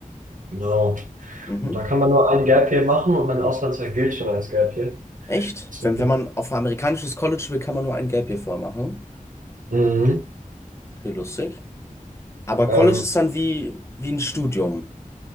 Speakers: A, on the right; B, on the left.
A: genau,
B: Mhm.
A: und da kann man nur ein Gap Year machen und mein Auslandsjahr gilt schon als Gap Year.
B: Echt?
A: Deswegen-
B: Wenn, wenn man auf ein amerikanisches College will, kann man nur ein Gap Year vorher machen.
A: Mhm.
B: Okay, lustig. Aber
A: Ähm,
B: College ist dann wie, wie ein Studium,